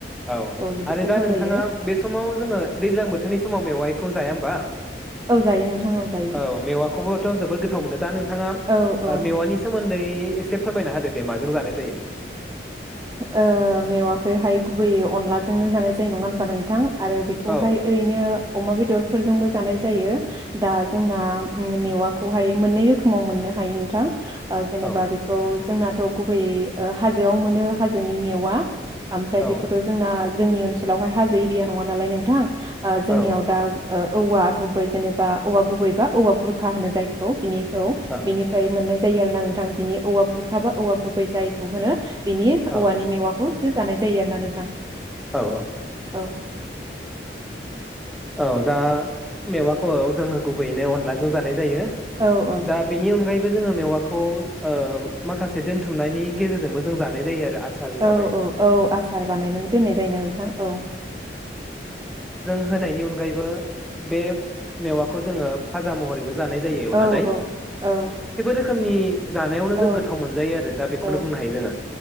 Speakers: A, in the centre; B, on the right (about 20°).
A: औ
B: जोबोद
A: आरो
B: गोथाव
A: दा नोंथाङा
B: जायो
A: बे समाव जोङो दैज्लां बोथोरनि समाव मेवाइखौ जाया होमबा?
B: औ जायो नोंथां जायो
A: औ मेवाखौबोथ जोबोद गोथाव मोनो दा नोंथाङा
B: औ औ
A: मेवानि सोमोन दै एसे फोरमायना होदो दे माजों जानाय जायो।
B: ओ मेवाखैहाय गुबैयै अनलाजोंनो जानाय जायो नङा होनबा नोंथां। आरो बेखौहाय
A: औ
B: ओरैनो अमा बेदरफोरजोंबो जानाय जायो दा जोंना मेवाखौहाय मोननै रोखोमाव मोननो हायो नोंथां ओ जेनेबा
A: औ
B: बेखौ जोंनाथ गुबैयै ओ हाजोआव मोनो हाजोनि मेवआ ओमफ्राय बेखौथ
A: औ
B: जोंना जोंनि ओनसोलावहाय हाजो एरिया नङा नालाय नोंथां आ जोंनियाव
A: औ
B: दा ओ औवा गुबै जेनेबा औवा गुबैबा औवा बुरखा होनो जायखौ बिनि खौ
A: औ
B: बेनिफ्राय मोननाय जायो आरो ना नोंथां बिनि औवा बुरखाबा औवा गुबै जायखौ होनो बिनि
A: औ
B: औवानि मेवाखौ होजानाय जायो आरो ना नोंथां
A: औ औ
B: औ
A: औ दा मेवाखौ जोङो गुबैयैनो अनलाजों जानाय जायो
B: औ औ
A: दा बेनि अनगायै जोङो मेवाखौ ओ माखासे दोनथुमनायनि गेजेरजोंबो जों जानाय जायो आरो आसार हिसाबै
B: औ औ औ आसार बानायनानै दोननाय जायोना नोंथां औ
A: होनाय बेनि अनगायैबो बे मेवाखौ जोङो फाजा महरैबो जानाय जायो एवनानै
B: औ औ
A: रोखोमनि जानायावनो
B: औ
A: जों गोथाव मोनजायो आरो दा बेखौनो
B: औ
A: बुंनो हायो जोङो